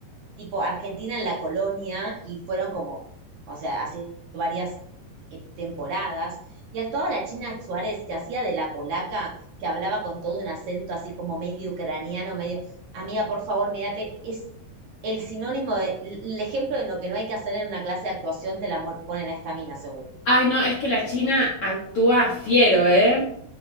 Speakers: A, on the right; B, on the left.
A: tipo Argentina en la colonia y fueron como, o sea, hace varias eh, temporadas y actuaba la China Suárez que hacía de la polaca que hablaba con todo un acento así como medio ucraniano, medio, amiga, por favor, mírate, es el sinónimo de, el ejemplo de lo que no hay que hacer en una clase de actuación, te la mon- ponen a esta mina, seguro.
B: Ay, no, es que la China actúa fiero, ¿eh?